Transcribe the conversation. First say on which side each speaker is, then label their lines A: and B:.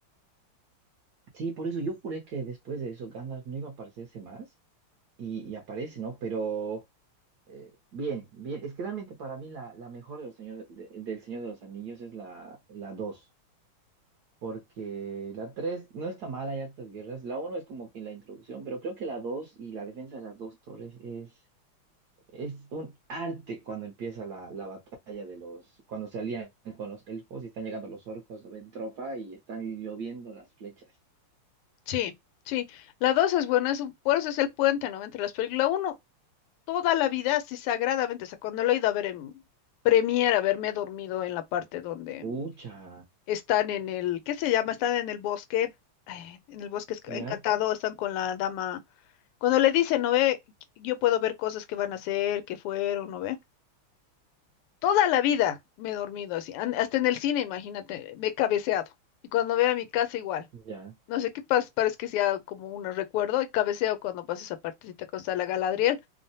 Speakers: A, on the right; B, on the left.
A: Sí, por eso yo juré que después de eso Gandalf no iba a aparecerse más y, y aparece, ¿no? Pero eh, bien, bien, es que realmente para mí la, la mejor de los señor, de- del Señor de los Anillos es la, la dos porque la 3 no está mal, hay hartas guerras, la uno es como que la introducción, pero creo que la 2 y la defensa de las dos torres es, es un arte cuando empieza la, la batalla de los, cuando se alían con los elfos y están llegando los orcos, no ven tropa y están lloviendo las flechas.
B: Sí, sí. La dos es buena, es un- por eso es el puente, ¿no? Entre las películas. la uno toda la vida, así sagradamente, o sea, cuando lo he ido a ver en Premiere, haberme dormido en la parte donde
A: Ucha,
B: están en el, ¿qué se llama? Están en el bosque, ay, en el bosque esc-
A: ¿ya?
B: encantado, están con la dama. Cuando le dicen, ¿no ve? Yo puedo ver cosas que van a hacer, que fueron, ¿no ve? Toda la vida me he dormido así, an- hasta en el cine, imagínate, me he cabeceado. Y cuando veo a mi casa igual.
A: Ya,
B: No sé qué pasa, parece que sea como un recuerdo y cabeceo cuando pasa esa partecita con está la Galadriel